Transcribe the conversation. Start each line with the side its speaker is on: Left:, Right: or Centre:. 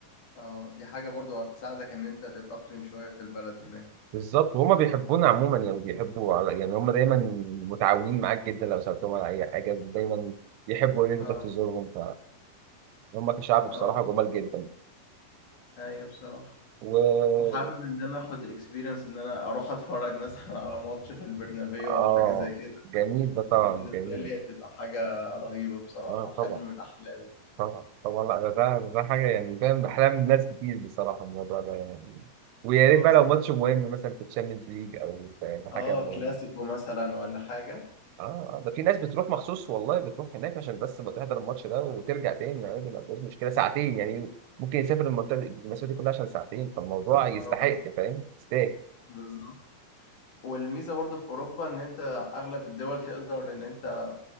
Left: اه دي حاجة برضو هتساعدك ان انت تتأقلم شوية في البلد هناك
Right: بالظبط وهما بيحبونا عموما يعني بيحبوا على يعني هما دايما متعاونين معاك جدا لو سألتهم على أي حاجة دايما يحبوا إن أنت
Left: اه
Right: تروح تزورهم فهم كشعب
Left: اه
Right: بصراحة جمال جدا
Left: ايوه بصراحة
Right: و
Left: وحابب ان انا اخد اكسبيرينس ان انا اروح اتفرج مثلا على ماتش في البرنابيو
Right: آه
Left: او حاجة زي كده
Right: جميل ده طبعا
Left: دي بالنسبة
Right: جميل
Left: لي هتبقى حاجة رهيبة بصراحة
Right: آه
Left: حلم
Right: طبعا
Left: من احلامي
Right: طبعا طبعا لا ده ده ده حاجة يعني فاهم أحلام ناس كتير بصراحة الموضوع ده يعني ويا
Left: اه
Right: ريت بقى
Left: بصراحة
Right: لو ماتش مهم مثلا في الشامبيونز ليج أو في في حاجة
Left: اه
Right: مهمة
Left: كلاسيكو مثلا ولا حاجة
Right: اه آه، ده في ناس بتروح مخصوص والله بتروح هناك عشان بس ما تحضر الماتش ده وترجع تاني يعني دي ما فيهاش مشكله ساعتين يعني ممكن يسافر المنطقه دي- المسافه دي كلها عشان ساعتين فالموضوع يستحق
Left: اه بالظبط
Right: فاهم يستاهل
Left: بالظبط والميزه برضه في اوروبا ان انت اغلب الدول تقدر ان انت